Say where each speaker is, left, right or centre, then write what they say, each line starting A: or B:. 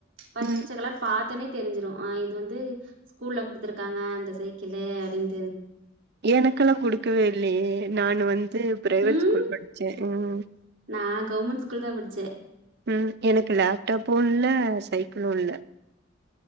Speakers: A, on the right (about 75°); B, on the right (about 55°).
A: பச்ச
B: ம்
A: கலர் பாத்தொன்னே தெரிஞ்சிரு ஆ இது வந்து ஸ்கூல்ல குடுத்துருக்காங்க அந்த சைக்களு அடின்
B: எனக்கல்லா குடுக்கவே இல்லயே நானு வந் ந்து பிரைவேட்
A: ம்.
B: ஸ்கூல் பச்சே ம்
A: நான் கவர்மெண்ட் ஸ்கூல் தான் படிச்சேன்.
B: ம் எனக்கு லேப்டாப்பு இல்ல சைக்களு இல்ல